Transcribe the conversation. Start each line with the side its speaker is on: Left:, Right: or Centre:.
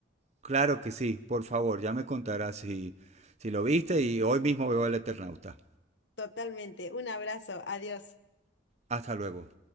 Right: claro que sí, por favor, ya me contarás si, si lo viste y hoy mismo veo el Eternauta.
Left: Totalmente. Un abrazo. Adiós.
Right: Hasta luego.